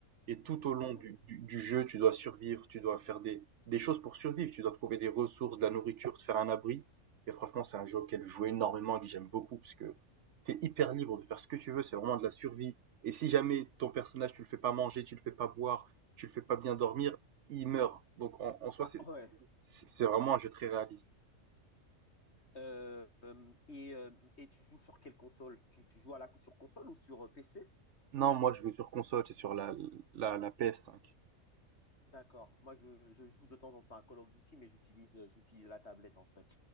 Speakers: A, on the right (about 65°); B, on the left (about 50°).
A: Et tout
B: Mhm.
A: au long du, du, du jeu, tu dois survivre, tu dois faire des, des choses pour survivre, tu dois trouver des ressources, de la nourriture, te faire un abri. Et franchement, c'est un jeu auquel je joue énormément et que j'aime beaucoup parce que t'es hyper libre de faire ce que tu veux, c'est vraiment de la survie. Et si jamais ton personnage, tu le fais pas manger, tu le fais pas boire, tu le fais pas bien dormir, il meurt. Donc en, en soi,
B: Ah
A: c'est c'est
B: ouais,
A: c'est vraiment un jeu très réaliste.
B: Euh, euh, et, euh, et tu joues sur quelle console? Tu, tu joues à la, sur console ou sur PC?
A: Non, moi je joue sur console, c'est sur la, la, la PS5.
B: D'accord. Moi, je, je joue de temps en temps à Call of Duty, mais j'utilise euh, j'utilise la tablette en fait.